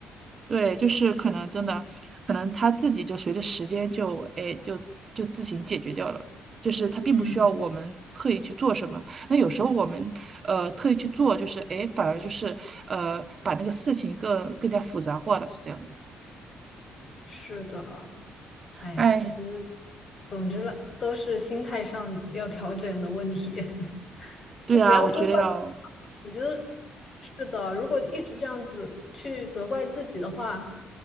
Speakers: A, on the right; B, on the left.
A: 对，就是可能真的，可能他自己就随着时间就，哎，就就自行解决掉了。就是他并不需要我们特意去做什么。
B: 嗯，
A: 那有时候我们呃特意去做，就是哎，反而就是呃把那个事情更更加复杂化了，是这样子。
B: 是的，哎，
A: 哎，
B: 我觉得，总之了，都是心态上要调整的问题。
A: 对啊，
B: 就不要多怪。
A: 我觉得要。
B: 自己嘛我觉得是的，如果一直这样子去责怪自己的话，